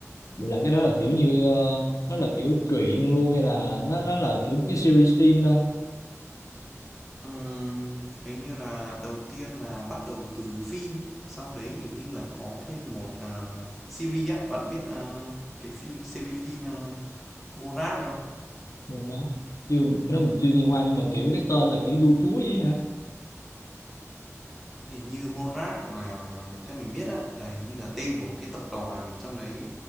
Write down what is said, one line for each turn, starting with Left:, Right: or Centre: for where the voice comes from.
Left: Vậy là cái đó là kiểu như ờ, nó là kiểu truyện luôn hay là nó nó là kiểu một cái series phim ta?
Centre: Ừm, hình như là đầu tiên là bắt đầu từ phim sau đấy hình như là có thêm một ờ, series á bạn biết ờ, cái phim series phim ờ, Monarch không
Left: Mười má. Chưa cái đó mình chưa nghe qua nhưng mà kiểu cái tên là kiểu vua chúa vậy hả?
Centre: Hình như Monarch là theo mình biết á là hình như là tên của một cái tập đoàn trong đấy